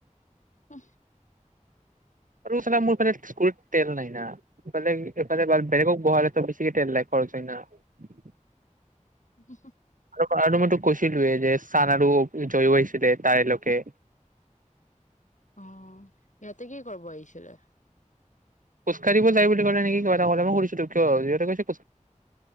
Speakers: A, on the left; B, on the right.
A: উ।
B: আৰু সালা মোৰফালে স্কুলত তেল নাই নফালে এইফালে বেলেগক বহালে হেঁতেন বেছিকে তেল লাই খৰচ হয় ন
A: উ।
B: আৰু আৰু মইতো কৈছিলো যে চাৰ আৰু জয়ীও হৈছিলে তাইলৈকে
A: অ ইয়াতে কি কৰব আহিছিলে।
B: খোজকাঢ়িব যায় বুলি কলে নেকি ক ক কৰিছো, মই সুধিছোঁ টো কিঅ?